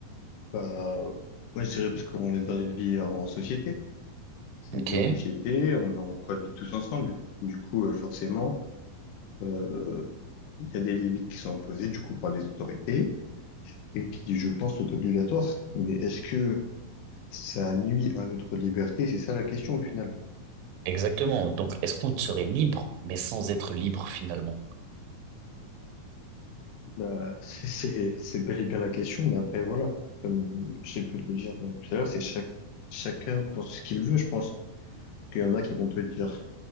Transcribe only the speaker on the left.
Bah, moi, je dirais parce qu'on est dans une vie en société. C'est
une vie en société, on, on cohabite tous ensemble. Du coup, euh, forcément, euh, il y a des limites qui sont imposées, du coup, par les autorités et qui, je pense, sont obligatoires. Mais est-ce que ça nuit à notre liberté? C'est ça la question, au final.
Bah, <laughs> c'est, c'est c'est bel et bien la question, mais après, voilà. Comme je t'ai pu te le dire euh, tout à l'heure, c'est chaque, chacun pense ce qu'il veut, je pense. Parce qu'il y en a qui vont te dire,